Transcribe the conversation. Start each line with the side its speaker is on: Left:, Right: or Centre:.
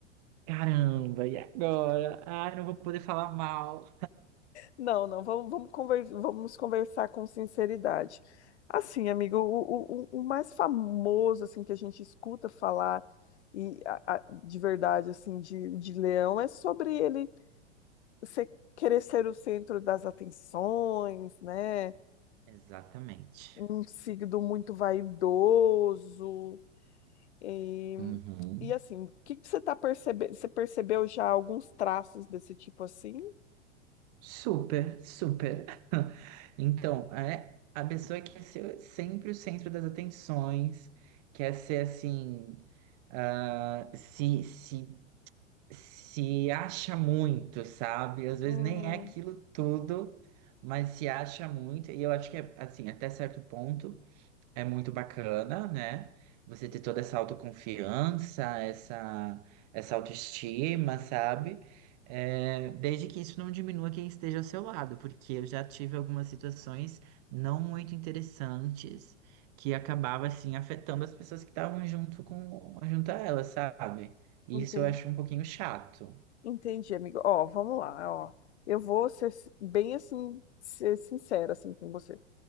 Right: Caramba, e agora? Ai, não vou poder falar mal.
Left: Não, não, vamos, vamos, conver- vamos conversar com sinceridade. Assim, amigo, o, o, o o mais famoso assim que a gente escuta falar e a- a- de verdade assim de, de leão é sobre ele ser- querer ser o centro das atenções, né?
Right: Exatamente.
Left: um signo muito vaidoso. E,
Right: Uhum.
Left: e assim, o que que você tá percebendo? Você percebeu já alguns traços desse tipo assim?
Right: Super, super. <laughs> Então, é a pessoa quer ser sempre o centro das atenções, quer ser assim, ah, se, se, se acha muito, sabe? Às vezes
Left: Hum,
Right: nem é aquilo tudo, mas se acha muito, e eu acho que é assim, até certo ponto. É muito bacana, né? Você ter toda essa autoconfiança, essa, essa autoestima, sabe? É, desde que isso não diminua quem esteja ao seu lado, porque eu já tive algumas situações não muito interessantes que acabava assim afetando as pessoas que estavam junto com junto a ela, sabe? E
Left: entendi,
Right: isso eu acho um pouquinho chato.
Left: entendi, amigo. Ó, vamos lá, ó. Eu vou ser si- bem assim, ser sincera assim com você.